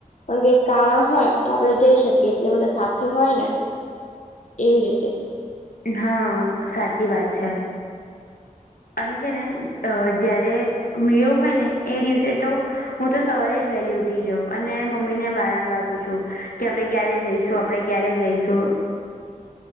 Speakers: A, on the left; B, on the left.
A: પણ કઇક કારણ હોય તો આપણે જઇ શક્ કે એટલે બધા સાથી હોય ને એવી રીતે
B: હા સાચી વાત છે. અને છે ને અ જયારે મેળો હોય ને એ દિવસે તો, હું તો સવારે જ વેલી ઉઠી જાઉં અને મમ્મી ને વારંવાર પૂછું કે આપણે ક્યારે જઈશું? આપડે ક્યારે જઈશું?